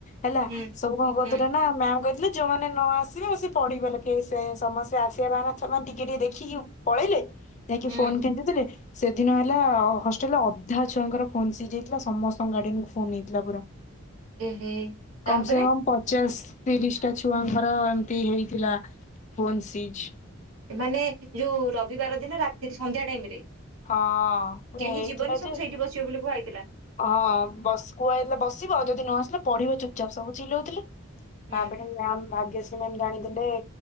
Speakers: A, on the left; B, on the right.
A: ହେଲା
B: ହୁଁ
A: ସବୁ କଣ କରୁଥିଲେ
B: ହୁଁ
A: ନା ମ୍ୟାମ କ ଯୋଉମାନେ ନ ଆସିବେ ସେ ପଢିଗଲେ କେ ସେ ସମସ୍ତେ ଆସିବା ବା ସେମାନେ ଟିକେ ଟିକେ ଦେଖିକି ପଳେଇଲେ ଯାଇକି
B: ହୁଁ
A: ଫୋନ କିଣିୁ ଦେଲେ ସେଦିନ ହେଲା ଅଧା ଛୁଆଙ୍କର ଫୋନ ସିଜ୍ ହୋଇଥିଲା ସମସ୍ତଙ୍କ ଗାଡିଆନୁ ଫୋନ ହେଇଥିଲା ପୁରା
B: ଏହେ ତାପରେ
A: କମ ସେ କମ ପଚାଶ ତିରିଶଟା ଛୁଆଙ୍କର ଏମିତି ହେଇଥିଲା ଫୋନ୍ ସିଜ
B: ମାନେ ଯୋଉ ରବିବାର ଦିନ ରାତି ସନ୍ଧ୍ୟା ଟାଇମ ରେ
A: ହଁ ପୁରା
B: କେହି
A: ହେଇଥିଲା
B: ଯିବନି ସବୁ
A: ଯେ
B: ସେଇଠି ବସିବ ବୋଲି କୁହା ହେଇଥିଲା
A: ହଁ ବସ କୁହାଯଇଥିଲା ବସିବ ଆଉ ଯଦି ନ ଆସିଲେ ପଢିବ ଚୁପଚାପ୍ ସବୁ ଚିଲଉଥିଲେ
B: ହୁଁ
A: ତାପରେ ମ୍ୟା ଭାଗ୍ୟଶ୍ରୀ ମ୍ୟାାମ ଜାଣିଦେଲେ ଏ